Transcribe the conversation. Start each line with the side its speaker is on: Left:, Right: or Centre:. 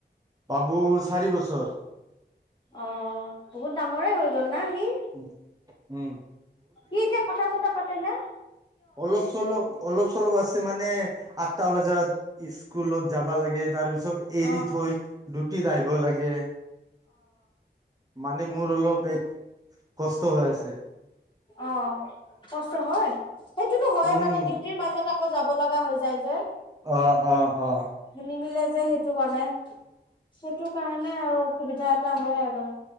Right: বাবুৰ চাৰি বছৰ।
Left: অ বহুত ডাঙৰে হৈ গ'ল না সি
Right: উম উম
Left: সি এতিয়া কথা চথা পাতে নে?
Right: অলপ-চলপ অলপ-চলপ আছে মানে আঠটা বজাত স্ কুলত যাব লাগে, তাৰ পিছত এৰি
Left: অ
Right: থৈ ডিউ টিত আহিব লাগে। মানে মোৰ অলপ এই কষ্ট হৈ আছে।
Left: অঁ কষ্ট হয় সেইটোতো হয়
Right: উম
Left: মানে ডিউটিৰ মাজত আকৌ যাব লগা হৈ যায় যে
Right: অঁ অঁ অঁ
Left: নিমিলে যে সে ইটো কাৰণে। সেইটো কাৰণে মানে আৰু অসুবিধা এটা হয় আৰু